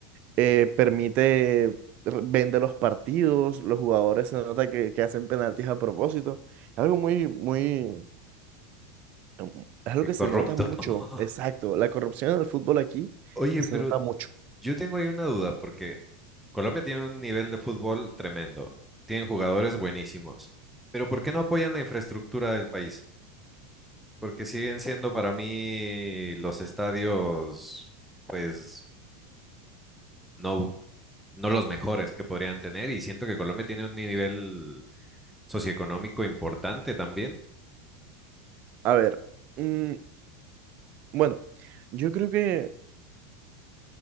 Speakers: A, on the right (about 45°); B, in the centre.
A: eh, permite, r- vende los partidos, los jugadores se nota que, que hacen penaltis a propósito. Algo muy, muy, Am- Es algo
B: Qué
A: que
B: corrupto.
A: se nota mucho,
B: <laughs>
A: exacto. La corrupción en el fútbol aquí
B: Oye,
A: se
B: pero
A: nota mucho.
B: yo tengo ahí una duda, porque Colombia tiene un nivel de fútbol tremendo, tienen jugadores buenísimos, pero ¿por qué no apoyan la infraestructura del país? Porque siguen siendo para mí los estadios, pues, no, no los mejores que podrían tener, y siento que Colombia tiene un nivel socioeconómico importante también.
A: A ver, mm, bueno, yo creo que,